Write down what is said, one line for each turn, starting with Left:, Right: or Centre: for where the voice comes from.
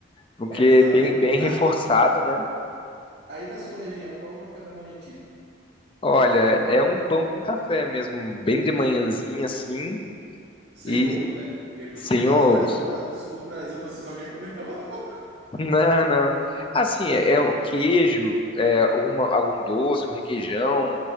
Left: porque
Right: É, exatamente.
Left: é bem, bem reforçado,
Right: Ah,
Left: né?
Right: aí na sua região, qual é o café da manhã típico?
Left: Olha, é um pão com café mesmo, bem de manhãzinha assim,
Right: Sem
Left: e
Right: ovo, né? Porque tu
Left: sem
Right: falas
Left: ovos.
Right: mais ovo, falar do sul do Brasil, você só quer comer <laughs> ovo.
Left: Não, não. Assim, é é um queijo, é alguma, algum doce, um requeijão,